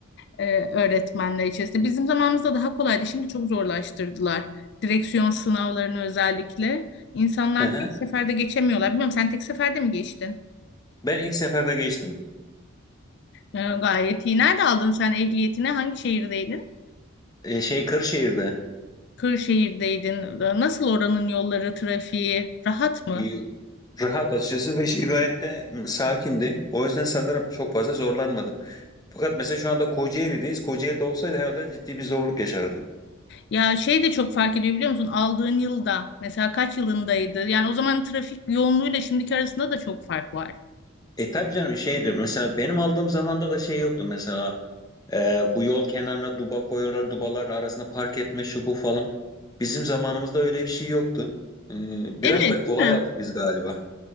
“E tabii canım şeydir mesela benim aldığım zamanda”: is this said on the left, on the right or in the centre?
Left